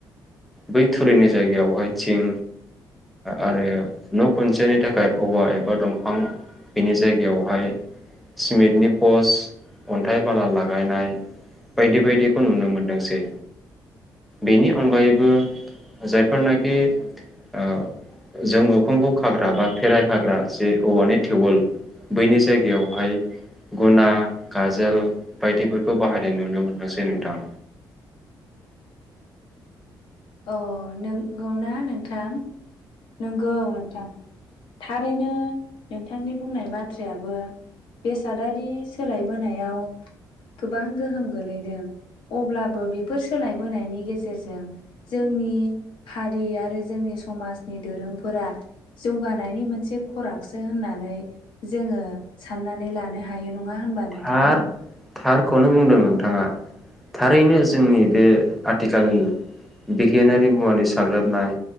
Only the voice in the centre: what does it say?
बै थुरिनि जायगायावहाय थिं आरो न' खनसेनि थाखाय औवा एबा दंफां बिनि जायगायावहाय सिमेन्टनि पस अन्थाइ बाला लागायनाय बायदि बायदिखौ नुनो मोनदोंसै बेनि अनगायैबो जायफोरनाखि ओ जों उखुमखौ खाग्रा बा फेराय खाग्रा जे औवानि टिउबवेल बैनि जायगायावहाय गुना गाजोल बायदिफोरखौ बाहायनाय नुनो मोनदोंसै नोंथां।
थार थारखौनो बुंदों नोंथाङा थारैनो जोंनि बे आथिखालनि बिगियानारि मुवानि साग्लोबनाय